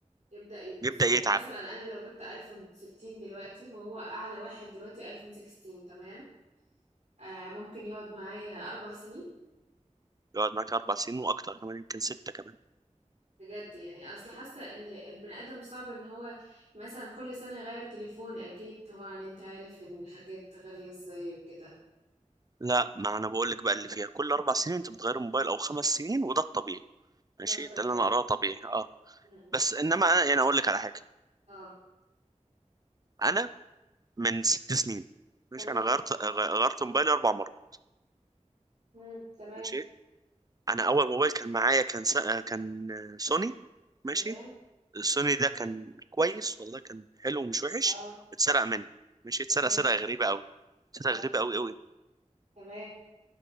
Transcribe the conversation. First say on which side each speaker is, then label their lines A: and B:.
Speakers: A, on the right (about 55°); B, on the right (about 30°).
A: يبدأ يبوظ
B: بيبدا
A: يعني
B: يتعب
A: مثلا انا لو جبت ايفون 13 دلوقتي وهو اعلى واحد دلوقتي ايفون 16 تمام آه ممكن يقعد معايا اربع سنين
B: يقعد معاك اربع سنين واكتر كمان يمكن سته كمان
A: بجد يعني اصل حاسه ان البني ادم صعب ان هو مثلا كل سنه يغير تليفون اكيد طبعا انت عارف إن الحاجات غاليه ازاي وكده
B: لا ما انا بقول لك بقى اللي فيها كل اربع سنين انت بتغير الموبايل او خمس سنين وده الطبيعي ماشي
A: ده طبيعي
B: ده اللي انا اقراه طبيعي اه
A: م-م.
B: بس انما انا يعني اقول لك على حاجه
A: اه
B: انا من ست سنين ماشي
A: تمام
B: انا غيرت غ- غيرت موبايلي اربع مرات
A: مم. تمام
B: ماشي انا اول موبايل كان معايا كان سا... كان سوني ماشي
A: تمام
B: السوني ده كان كويس والله كان حلو ومش وحش
A: اه
B: واتسرق مني ماشي اتسرق
A: تمام
B: سرقة غريبة قوي سرقة
A: اه
B: غريبة قوي قوي
A: تمام